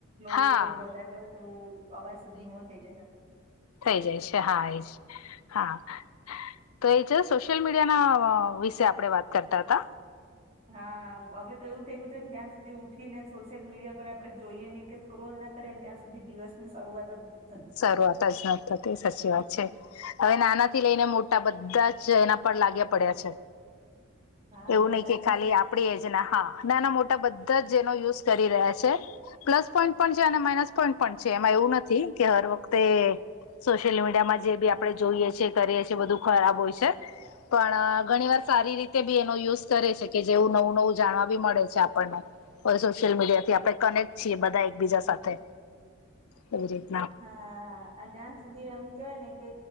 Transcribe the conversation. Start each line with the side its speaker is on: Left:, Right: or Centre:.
Right: લો
Left: હા
Right: કે વધારે હોય તો અવાજ સેજ ધીમો થઈ જાય <inaudible>
Left: થઈ જાય છે હા એજ હા. તો એ છે સોશિયલ મીડિયાના વિશે આપણે વાત કરતા તા.
Right: હા હવે તો એવું થઈ ગયું છે ને જ્યાં સુધી ઉઠીને સોશિયલ મીડિયા પર આપણે જોઈએ નહી કે સ્ક્રોલ ના કરીએ ને ત્યાં સુધી દિવસની શરૂઆત જ નહી.
Left: શરૂઆત જ નથ થતી. સાચી વાત છે. હવે નાના થી લઈને મોટા બધાં જ એના પર લાગ્યા પડ્યા છે.
Right: હા
Left: એવું
Right: બધાને
Left: નહી કે ખાલી
Right: બસ
Left: આપ આપણી એજના હા. નાના મોટા બધા જ જેનો યુઝ કરી રહ્યા છે. પ્લસ પોઈન્ટ પણ છે અને માઇનસ પોઈન્ટ પણ છે. એમાં એવું નથી કે હર વખતે- સોશિયલ મીડિયામાં જે બી આપણે જોઈએ છીએ, કરીએ છીએ બધું ખરાબ હોય છે. પણ ઘણી વાર સારી રીતે બી એનો યુઝ કરે છે કે જેવું નવું નવું જાણવા બી મળે છે આપણને. હવે સોશિયલ મીડિયાથી આપણે કનેક્ટ છીએ બધા એકબીજા સાથે એવી રીત
Right: હા અન જ્યાં સુધી એમ કેવાય ને કે